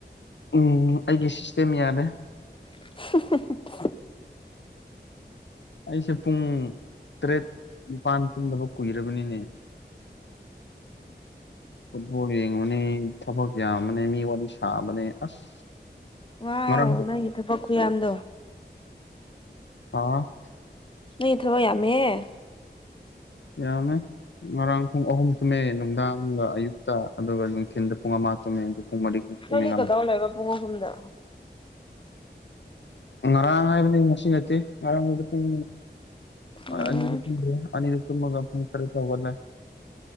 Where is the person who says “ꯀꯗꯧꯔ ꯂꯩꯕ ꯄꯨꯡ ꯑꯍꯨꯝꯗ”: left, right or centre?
Left